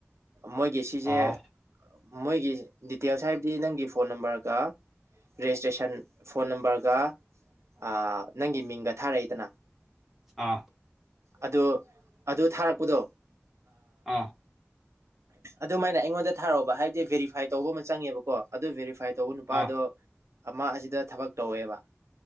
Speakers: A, on the right; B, in the centre.
A: ꯃꯣꯏꯒꯤ ꯁꯤꯁꯦ
B: ꯑꯥ
A: ꯃꯣꯏꯒꯤ ꯗꯤꯇꯦꯜꯁ ꯍꯥꯏꯕꯗꯤ ꯅꯪꯒꯤ ꯐꯣꯟ ꯅꯝꯕꯔꯒ ꯔꯦꯖꯤꯁꯇ꯭ꯔꯦꯁꯟ ꯐꯣꯟ ꯅꯝꯕꯔꯒ ꯑ ꯅꯪꯒꯤ ꯃꯤꯡꯒ ꯊꯥꯔꯛꯏꯗꯅ
B: ꯑꯥ
A: ꯑꯗꯣ ꯑꯗꯨ ꯊꯥꯔꯛꯄꯗꯣ
B: ꯑꯥ
A: ꯑꯗꯨꯃꯥꯏꯅ ꯑꯩꯉꯣꯟꯗ ꯊꯥꯔꯛꯑꯣꯕ ꯍꯥꯏꯗꯤ ꯕꯦꯔꯤꯐꯥꯏ ꯇꯧꯕ ꯑꯃ ꯆꯪꯉꯦꯕꯀꯣ ꯑꯗꯨ ꯚꯦꯔꯤꯐꯥꯏ ꯇꯧꯕ ꯅꯨꯄꯥꯗꯣ
B: ꯑꯥ
A: ꯃꯥ ꯑꯁꯤꯗ ꯊꯕꯛ ꯇꯧꯋꯦꯕ